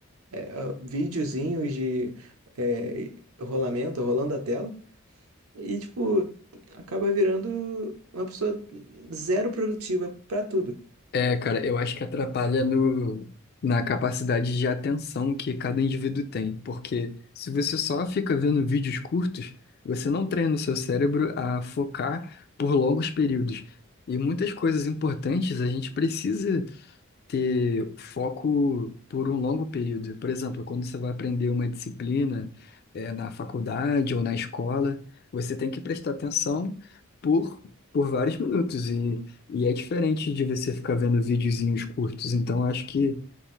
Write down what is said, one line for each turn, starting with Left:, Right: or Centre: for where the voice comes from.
Right: eh, videozinhos de eh, rolamento, rolando a tela, e, tipo, acaba virando uma pessoa zero produtiva pra tudo.
Left: É, cara, eu acho que atrapalha no, na capacidade de atenção que cada indivíduo tem, porque se você só fica vendo vídeos curtos, você não treina o seu cérebro a focar por longos períodos. E muitas coisas importantes a gente precisa ter foco por um longo período. Por exemplo, quando você vai aprender uma disciplina, eh, na faculdade ou na escola, você tem que prestar atenção por, por vários minutos. E, e é diferente de você ficar vendo videozinhos curtos. Então, acho que